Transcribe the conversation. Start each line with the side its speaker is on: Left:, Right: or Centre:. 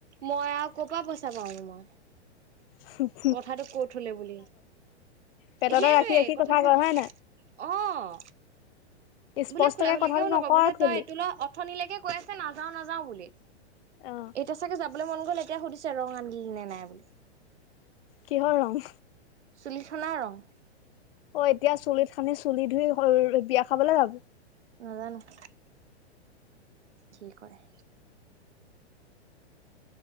Right: মই আৰু ক'ৰ পৰা, পইচা পাওঁনো মই।
Left: হু!
Right: কথাটো কৈ থ'লে বুলি।
Left: পেটতে
Right: সেইটোৱে!
Left: ৰাখি ৰাখি
Right: কথাবোৰ,
Left: কথা কয় হয় নাই?
Right: অ'!
Left: স্পষ্টকে
Right: বোলে, খুলা-খুলিকেও
Left: কথাটো
Right: নকয়, বোলে,
Left: খুলি,
Right: তই এইটো ল'। ওঠনি লৈকে, কৈ আছে, নাযাওঁ-নাযাওঁ বুলি,
Left: অ',
Right: এতিয়া চাগে যাব। বোলে, মন গ'ল! এতিয়া সুধিছে, ৰং আনিলনে নাই বুলি।
Left: কিহৰ ৰং?
Right: চুলিত সনা ৰং।
Left: অ'! এতিয়া, চুলিত সানি, চুলি ধুই, বিয়া খাবলৈ যাব।
Right: নাজানোঁ, কি কৰে!